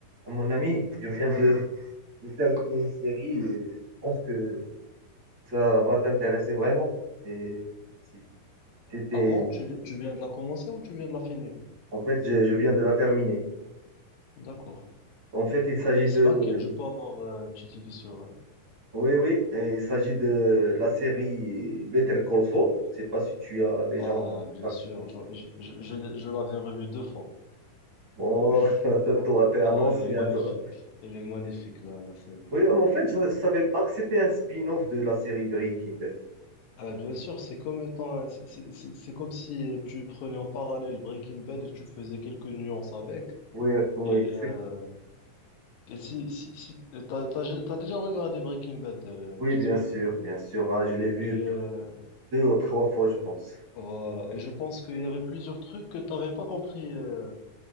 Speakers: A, on the right (about 45°); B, on the left (about 70°).
A: Mon ami, je viens de, de terminer une série et je pense que ça va t'intéresser vraiment. C'est, si t'étais-
B: Ah bon, tu, vi- tu viens de la commencer ou tu viens de la finir?
A: en fait, je, je viens de la terminer.
B: D'accord.
A: En fait, il s'agit
B: Et c'est
A: de,
B: laquelle? Je peux avoir euh, une petite idée sur... euh,
A: oui, oui, euh, il s'agit de la série Better Call Saul. Je sais pas si tu as déjà
B: Ah,
A: entendu
B: bien
A: parler.
B: sûr, je, je, je, je l'ai- je l'avais revue deux fois.
A: Oh,
B: <laughs>
A: <laughs> toi, t'es un
B: Ah,
A: ancien,
B: elle est magnifique.
A: toi.
B: Elle est magnifique, la, la série.
A: Oui, mais en fait, je, ne savais pas que c'était un spin-off de la série Breaking Bad.
B: Ah, bien sûr, c'est comme étant, euh, c'est c'est- c'est- c'est comme si tu prenais en parallèle Breaking Bad et tu faisais quelques nuances avec.
A: Oui, oui,
B: Et,
A: c'est-
B: euh, et si, si, si t'as, t'as, t'as déjà regardé Breaking Bad, euh,
A: oui,
B: j'espère.
A: bien sûr, bien sûr. Ah, je l'ai vu
B: Et, euh,
A: deux ou trois fois, je pense.
B: Voilà. Et je pense qu'il y avait plusieurs trucs que t'avais pas compris euh,